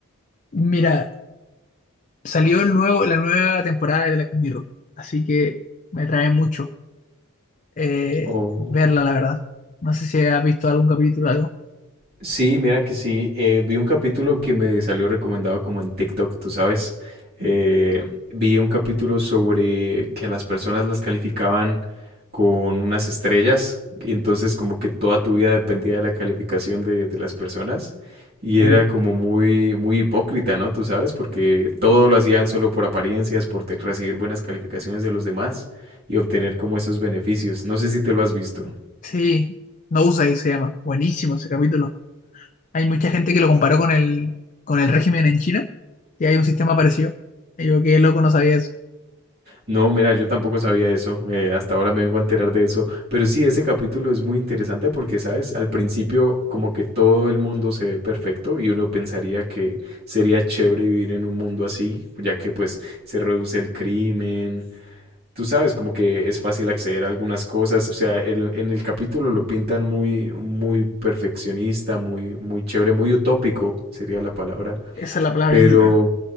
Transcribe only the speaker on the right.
Oh.
Sí, mira que sí. eh, vi un capítulo que me salió recomendado como en TikTok, tú sabes. Eh, vi un capítulo sobre que a las personas las calificaban con unas estrellas y entonces como que toda tu vida dependía de la calificación de, de las personas y
era como muy, muy hipócrita, ¿no? Tú sabes, porque todo lo hacían solo por apariencias, por te- recibir buenas calificaciones de los demás y obtener como esos beneficios. No sé si te lo has visto.
No, mira, yo tampoco sabía eso, eh, hasta ahora me vengo a enterar de eso, pero sí, ese capítulo es muy interesante porque, ¿sabes? Al principio como que todo el mundo se ve perfecto y uno pensaría que sería chévere vivir en un mundo así, ya que pues se reduce el crimen, tú sabes, como que es fácil acceder a algunas cosas, o sea, el- en el capítulo lo pintan muy, muy perfeccionista, muy, muy chévere, muy utópico sería la palabra
pero,